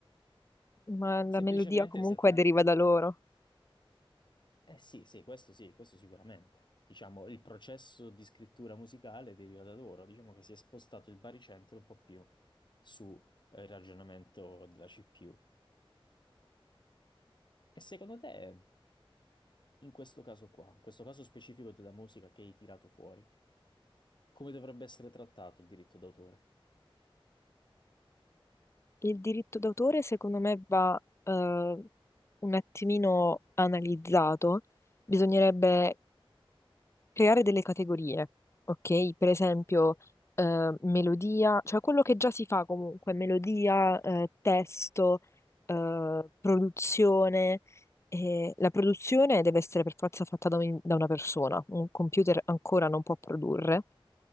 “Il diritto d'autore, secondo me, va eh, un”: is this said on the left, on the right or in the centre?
Left